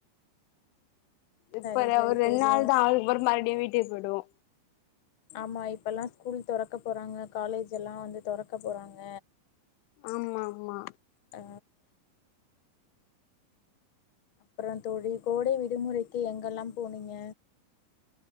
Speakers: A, on the left; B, on the left.
A: இப்ப
B: சரி
A: வ
B: சரி
A: ஒரு ரெண்நாள்
B: தோழி
A: தா ஆவுது மறுப் மறுப்டியு வீட்டுக்கு போய்டுவோ
B: ஆமா இப்பல்லா ஸ்கூல் தொறக்க போறாங்க காலேஜ் எல்லா வந்து தொறக்க போறாங்க
A: ஆம் ஆமா ஆமா
B: ஆ அப்புறோ தோழி கோடை விடுமுறைக்கு எங்கெல்லா போனீங்க